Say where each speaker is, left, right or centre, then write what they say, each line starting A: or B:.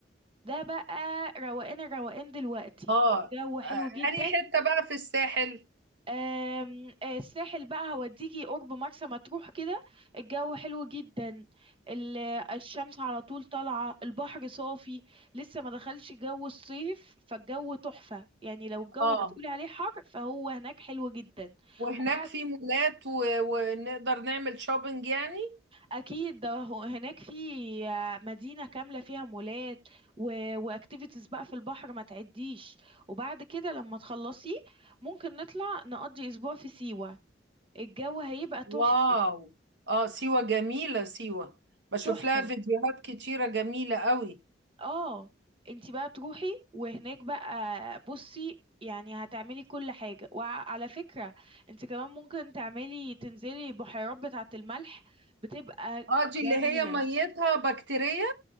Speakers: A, on the right; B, on the right.
A: ده بقى روقان الروقان دلوقتي
B: اه
A: الجو حلو
B: آه،
A: جدا
B: انهي حتة بقى في الساحل
A: آم، آه، الساحل بقى هوديكي قرب مرسى مطروح كده الجو حلو جدا ال- الشمس على طول طالعة البحر صافي لسه ما دخلش جو الصيف فالجو تحفة يعني لو الجو
B: اه
A: بتقولي عليه حر فهو هناك حلو جدا
B: وهناك
A: وبعد
B: في مولات و... ونقدر نعمل شوبينج يعني
A: أكيد ده هو- هناك في آه، مدينة كاملة فيها مولات و... واكتيفيتيز بقى في البحر ما تعديش وبعد كده لما تخلصي ممكن نطلع نقضي أسبوع في سيوة الجو هيبقى تحفة
B: واو اه سيوة جميلة سيوة بشوف
A: تحفة
B: لها فيديوهات كتيرة جميلة قوي
A: اه انتي بقى تروحي وهناك بقى بصي يعني هتعملي كل حاجة وعلى فكرة انتي كمان ممكن تعملي تنزلي بحيرات بتاعة الملح بتبقى
B: اه دي اللي
A: جميلة
B: هي ميتها بكتيريا